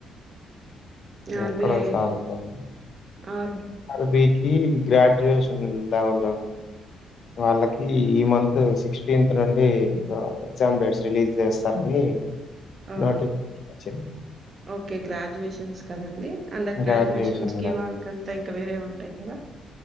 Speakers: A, on the right; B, on the left.
A: ఆర్బిఐ
B: ఎక్కడో సాగుతుంది
A: ఆర్
B: అది ఈ గ్రాడ్యుయేషన్ లెవెల్ వాళ్ళకి ఈ మంత్ సిక్టీంత్ నుండి ఎగ్జామ్ డేట్స్ రిలీజ్ చేస్తారని
A: ఆ
B: నట అే
A: ఓకే గ్రాడ్యుయేషన్స్ కదండి అండర్ గ్రాడ్యుయేషన్స్
B: గ్రాడ్యుయేషన్
A: కి
B: లో
A: వాళ్ళకంతా ఇంకా వేరే ఉంటాయి కదా